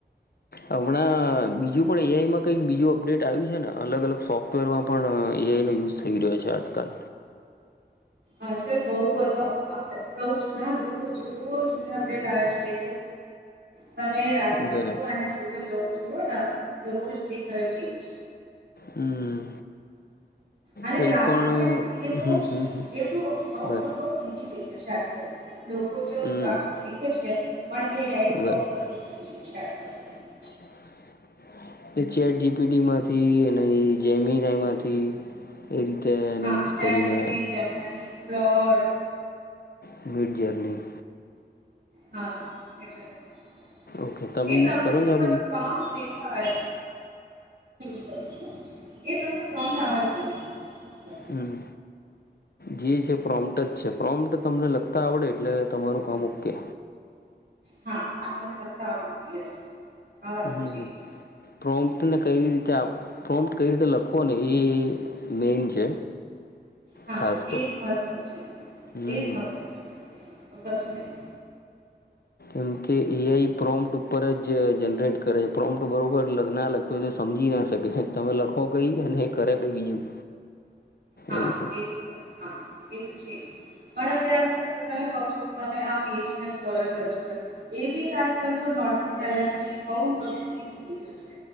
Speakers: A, on the left (about 60°); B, on the right (about 65°).
A: હમણાં બીજું પણ એઆઈમાં કંઈક બીજું અપડેટ આવ્યું છે ને અલગ અલગ સોફ્ટવેરમાં પણ એ આઈ નો યુઝ થઈ રહ્યો છે આજકાલ.
B: આજકાલ બઉ બધો કઉ છું રોજ રોજ અપડેટ આવે છે તમે રાતે
A: બરાબર
B: સુઓ અને સુ <unintelligible> તો રોજ એક નયો ચેન્જ.
A: હમ
B: અને
A: કંઈ
B: ગ્રાફિકસ
A: પણ
B: તો
A: હમ હમ હમ
B: એ તો બઉ
A: બરાબર
B: બધો ઈઝી થઈ જશે આજલ લોકો જો
A: હમ
B: ગ્રાફિકસ શીખે છે પણ એ આઈ
A: બરાબર
B: બધું હિખી રિયા છે આજકાલ લોકો
A: <inaudible> એ ચેટ જી પી ટીમાંથી એની જેમિંનાઈમાંથી એ રીતે એનો
B: હા
A: યુઝ
B: ચેટ
A: કરીને
B: જીપીટી જેમિનાઈ ક્લોડ
A: <unintelligible> જેમની
B: હા <unintelligible>
A: ઓકે તમે
B: એ તમને
A: યુઝ કરો છો આ
B: બસ
A: બધી
B: <unintelligible> હા હું યુઝ કરું છું એ તમને પ્રોમ્પટ આવવા જોઈએ. બસ
A: હમ્મ. જે છે પ્રોમ્પ્ટ જ છે પ્રોમ્પ્ટ તમને લગતા આવડે એટલે તમારું કામ ઓકે.
B: હા તમને લકતા આવું જોઈએ યસ આ વાત
A: હમ
B: તો છે
A: હમ
B: જ.
A: પ્રોમ્પ્ટને કઈ રીતે પ્રોમ્પ્ટ કઈ રીતે લખો ને એ મેન છે.
B: હા
A: ખાસ
B: એજ
A: તો
B: મહત્વનું છે.
A: હમ
B: એજ મહત્વનું છે. કસું નહી
A: એમ કે એઆઈ પ્રોમપ્ટ ઉપર જ જનરેટ કરે છે. પ્રોમપ્ટ બરોબર લગ્ન ના લખ્યું તો સમજી ના શકે છે. તમે લખો કઈ અને એ કરે કઈ બીજું
B: હા
A: એવું છે
B: એ સર હા એ તો છે જ પણ અત્યાર તમે કહો છો કે તમે આ પીએચડીને સ્કોલર કરો એ બી આજકાલ તો નોટબુક એલનજી બઉ બધુ ઈઝી થઈ ગયું છે.